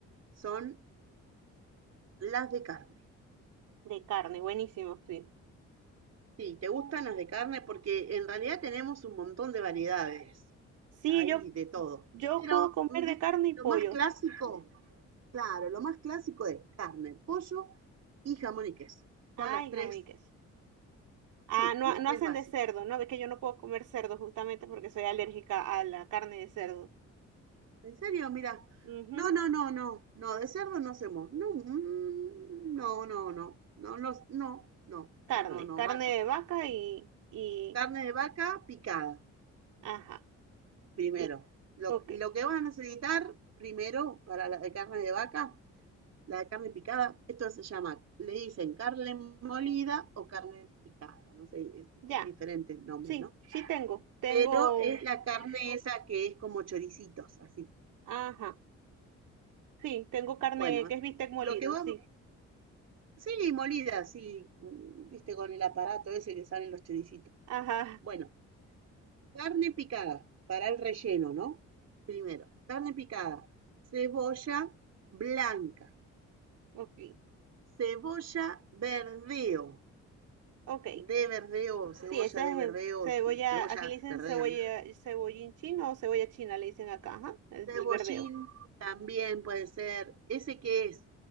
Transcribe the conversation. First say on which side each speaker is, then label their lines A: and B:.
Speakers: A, on the right; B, on the right.
A: son las de carne.
B: De carne, buenísimo, sí.
A: Sí, te gustan las de carne porque en realidad tenemos un montón de variedades
B: Sí,
A: ahí
B: yo,
A: de todo.
B: yo
A: Pero,
B: puedo comer
A: mm, viste,
B: de carne y
A: lo
B: pollo.
A: más clásico, claro, lo más clásico es carne, pollo y jamón y queso.
B: Ay,
A: Son las tres,
B: jamón y queso. Ah,
A: sí,
B: no,
A: las
B: no
A: tres
B: hacen
A: básicas.
B: de cerdo, ¿no? Ves que yo no puedo comer cerdo justamente porque soy alérgica a la carne de cerdo.
A: ¿En serio? Mira.
B: Ujú.
A: No, no, no, no. No, de cerdo no hacemos. No, mm, no, no, no. No, no, no, no,
B: Carne,
A: no, no,
B: carne
A: vaca.
B: de vaca y, y,
A: Carne de vaca picada,
B: ajá.
A: primero.
B: Y,
A: Lo,
B: ok,
A: lo que van a necesitar primero para la de carne de vaca, la de carne picada, esto se llama, le dicen carne molida o carne picada, no sé, es
B: ya,
A: diferentes nombres,
B: sí,
A: ¿no?
B: sí tengo. Tengo,
A: Esto es la carne esa que es como choricitos, así.
B: ajá, sí, tengo carne
A: Bueno,
B: que es bistec molido,
A: lo que vos
B: sí.
A: Sí, molida, sí, mm, viste, con el aparato ese que salen los choricitos.
B: Ajá,
A: Bueno, carne picada para el relleno, ¿no? Primero, carne picada, cebolla blanca,
B: ok,
A: cebolla verdeo,
B: ok.
A: de verdeo,
B: Sí,
A: cebolla
B: esa
A: de
B: es
A: verdeo,
B: eh, cebolla,
A: cebolla
B: aquí le dicen
A: verdeo,
B: cebolla,
A: ¿no?
B: cebollín chino o cebolla china, le dicen acá, ajá, el,
A: cebollín
B: el verdeo.
A: también puede ser, ese que es